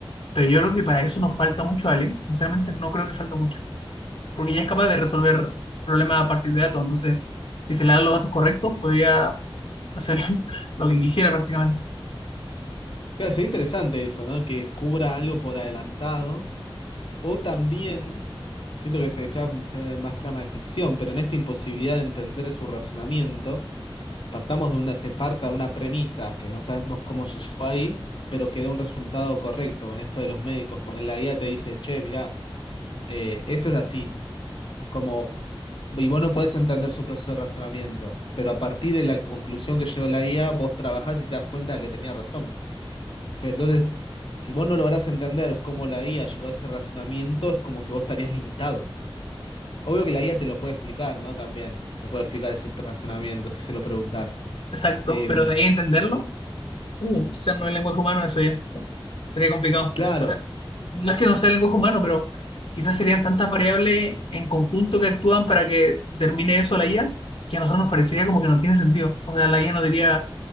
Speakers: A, on the left; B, on the left.
A: Pero yo creo que para eso nos falta mucho, Ale. Sinceramente, no creo que falta mucho porque ya es capaz de resolver problemas a partir de datos. Entonces, si se le dan los datos correctos, podría hacer <laughs> lo que quisiera prácticamente.
B: claro, sería interesante eso, ¿no? Que descubra algo por adelantado. O también, siento que se, ya se ve más trama de ficción, pero en esta imposibilidad de entender su razonamiento. Partamos de una, se parta de una premisa que no sabemos cómo se llegó ahí, pero que dé un resultado correcto. En esto de los médicos, ponerle la guía te dice, che, mirá, eh, esto es así. Como, y vos no podés entender su proceso de razonamiento, pero a partir de la conclusión que llegó la guía, vos trabajás y te das cuenta que tenía razón. Pero entonces, si vos no lográs entender cómo la guía llegó a ese razonamiento, es como que vos estarías limitado. Obvio que la guía te lo puede explicar, ¿no? También, te puede explicar ese razonamiento si se lo preguntás.
A: Exacto,
B: Em,
A: pero de ahí entenderlo, uh, quizás no es lenguaje humano eso ya, sería complicado.
B: claro.
A: O sea, no es que no sea el lenguaje humano, pero quizás serían tantas variables en conjunto que actúan para que determine eso la IA, que a nosotros nos parecería como que no tiene sentido. O sea, la IA nos diría,